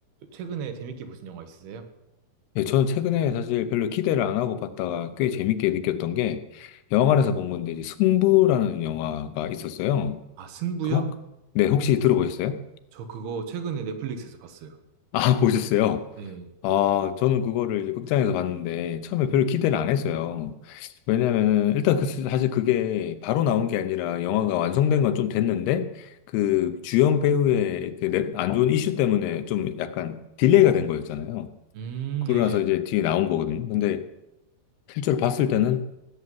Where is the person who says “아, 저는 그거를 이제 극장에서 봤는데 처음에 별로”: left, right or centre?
Left